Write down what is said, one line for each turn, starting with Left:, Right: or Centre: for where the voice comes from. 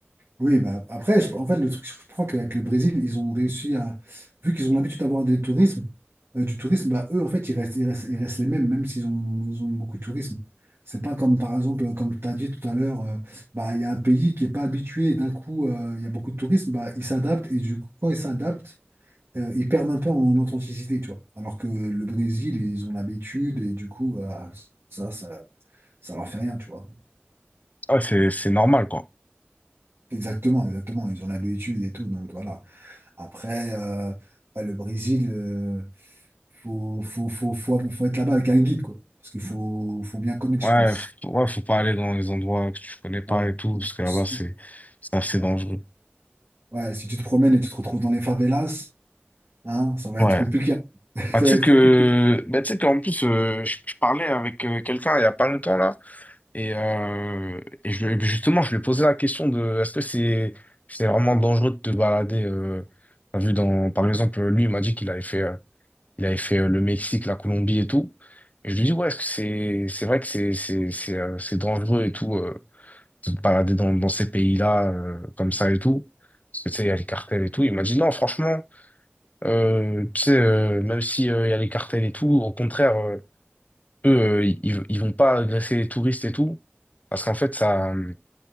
Right: Oui, bah après, je- en fait, le truc, je crois qu'avec le Brésil, ils ont réussi à, vu qu'ils ont l'habitude d'avoir des tourismes, euh, du tourisme, bah eux, en fait, ils restent, ils restent, ils restent les mêmes, même s'ils ont, ils ont beaucoup de tourisme. C'est pas comme, par exemple, comme tu as dit tout à l'heure, euh, bah, il y a un pays qui est pas habitué, et d'un coup, euh, il y a beaucoup de tourisme, bah, ils s'adaptent, et du coup, quand ils s'adaptent, euh, ils perdent un peu en authenticité, tu vois. Alors que le Brésil, ils ont l'habitude, et du coup, euh, ça, ça, ça leur fait rien, tu vois.
Left: Ah, c'est, c'est normal, quoi.
Right: Exactement, exactement, ils ont l'habitude et tout, donc voilà. Après, euh, ouais, le Brésil, euh, faut, faut, faut, faut, faut être là-bas avec un guide, quoi. Parce qu'il faut, faut bien connaître,
Left: Ouais,
Right: je pense.
Left: faut- ouais, faut pas aller dans les endroits que tu connais pas
Right: Voilà.
Left: et tout, parce que là-bas,
Right: Si tu-
Left: c'est, c'est assez
Right: ouais.
Left: dangereux.
Right: Ouais, si tu te promènes et tu te retrouves dans les favelas, hein, ça va être
Left: Ouais.
Right: compliqué. <laughs>
Left: Bah,
Right: Ça
Left: tu
Right: va être
Left: sais que,
Right: compliqué.
Left: bah, tu sais qu'en plus, euh, je, je parlais avec euh, quelqu'un il y a pas longtemps, là, et, euh, et je, lui- justement, je lui ai posé la question de, est-ce que c'est, c'est vraiment dangereux de te balader, euh, t'as vu dans, par exemple, lui, il m'a dit qu'il avait fait, euh, il avait fait euh, le Mexique, la Colombie et tout. Et je lui dis, ouais, est-ce que c'est, c'est vrai que c'est, c'est, c'est, euh, c'est dangereux et tout. euh, de te balader dans, dans ces pays-là euh, comme ça et tout. Parce que tu sais, il y a les cartels et tout. Il m'a dit non, franchement, euh, tu sais, euh, même si euh, il y a les cartels et tout, au contraire, euh, eux, euh, ils, ils vont pas agresser les touristes et tout. Parce qu'en fait, ça,